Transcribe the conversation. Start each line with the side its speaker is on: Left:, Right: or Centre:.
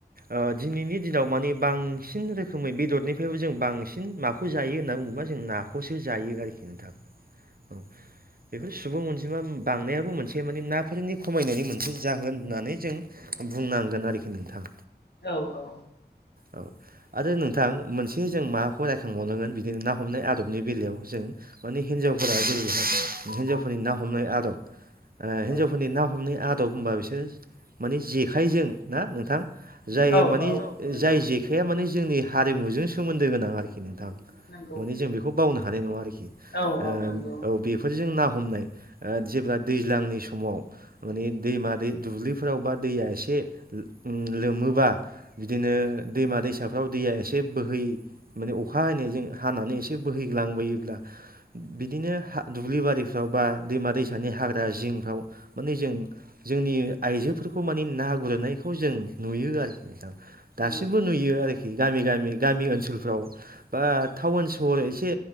Right: ओ दिनैनि दिनाव मानि बांसिन रोखोमै बेदरनिफ्रायबो जों बांसिन माखौ जायो होनना बुङोबा जों नाखौसो जायो आरोखि नोंथां। औ बेफोर सुबुं अनजिमा बांनायाबो मोनसे माने नाफोरनि खमायनायनि मोनसे जाहोन होननानै जों बुंनांगोन आरोखि नोंथां
Left: औ औ
Right: औ आरो नोंथां मोनसे ए जों माखौ रायखांबावनांगोन? बिदिनो ना हमनाय आदबनि बेलायाव जों माने हिनजावफोरा जेरैहाय हिनजावफोरनि ना हमनाय आदब हिन्जावफोरनि
Left: औ
Right: ना हमनाय आद दब औ होनबा बिसोर माने जेखाइजों ना नोंथां जाय
Left: औ
Right: माने
Left: औ नंगौ
Right: जाय जेखाया माने जोंनि हारिमुजों सोमोन्दो गोनां आरोखि नोंथां
Left: नंगौ
Right: माने जों बेखौ बावनो हानाय नङा आरोखि ओ
Left: औ औ नंगौ
Right: औ बेफोर जों ना हमनाय ओ जेब्ला दैजांनि समाव माने दैमा दै दुब्लि फोराव बा दैया एसे लोमोबा बिदिनो दैमा दैसाफ्राव दैया एसे बोहै माने अखा हानाय जों हानानै एसे बोहैग्लांबोयोब्ला बिदिनो दुब्लि बारिफ्राव बा दैमा दैसानि हाग्रा जिंफ्राव माने जों जोंनि आइजोफोरखौ माने ना गुरनायखौ जों नुयो आरोखि दाबो
Left: नंगौ
Right: दासिमबो नुयो आरोखि गामि-गामि-गामि ओनसोलफ्राव बा टाउन सहर एसे